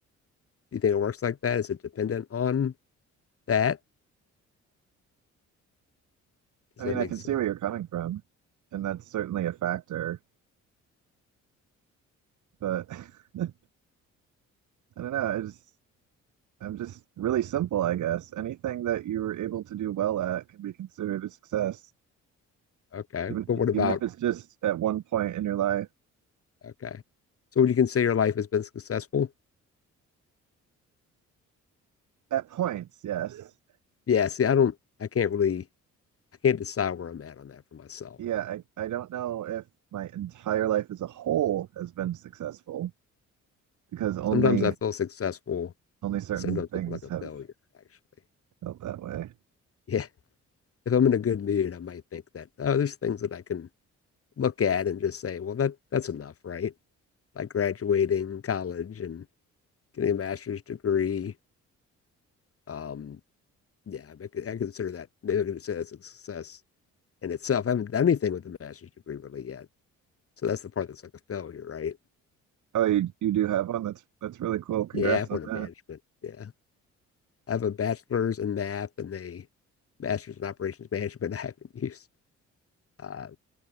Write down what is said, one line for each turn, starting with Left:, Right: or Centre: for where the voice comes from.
Left: Do you think it works like that? Is it dependent on that? Does
Right: I
Left: that
Right: mean,
Left: make
Right: I can
Left: sense?
Right: see where you're coming from, and that's certainly a factor, but <laughs> I don't know. I just I'm just really simple, I guess. Anything that you were able to do well at can be considered a success,
Left: Okay.
Right: even
Left: But what about
Right: even if it's just at one point in your life.
Left: okay? So would you consider your life has been successful?
Right: At points, yes.
Left: Yeah, see, I don't I can't really I can't decide where I'm at on that for myself.
Right: Yeah, I, I don't know if my entire life as a whole has been successful because only
Left: Sometimes I feel successful
Right: only certain
Left: and sometimes
Right: things
Left: I feel like a
Right: have
Left: failure, actually. <laughs>
Right: felt that way.
Left: Yeah. If I'm in a good mood, I might think that, oh, there's things that I can look at and just say, well, that that's enough, right? Like graduating college and getting a master's degree. Um, yeah, I, I consider that maybe I consider that's a success in itself. I haven't done anything with a master's degree really yet, so that's the part that's like a failure, right?
Right: Oh, you you do have one. That's that's really cool. Congrats
Left: Yeah, I
Right: on
Left: went
Right: that.
Left: to management. Yeah, I have a bachelor's in math and a master's in operations management. <laughs> I haven't used. Uh,